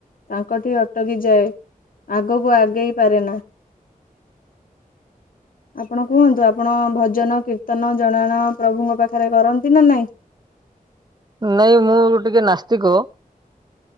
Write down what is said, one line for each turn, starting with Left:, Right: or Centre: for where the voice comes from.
Left: ତାଙ୍କଠି ଅଟକି ଯାଏ, ଆଗକୁ ଆଗେଇ ପାରେ ନା। ଆପଣ କୁହନ୍ତୁ ଆପଣ ଭଜନ କୀର୍ତ୍ତନ ଜଣାଣ ପ୍ରଭୁଙ୍କ ପାଖରେ କରନ୍ତି ନା ନାଇଁ?
Right: ନାଇଁ ମୁଁ ଟିକେ ନାସ୍ତିକ।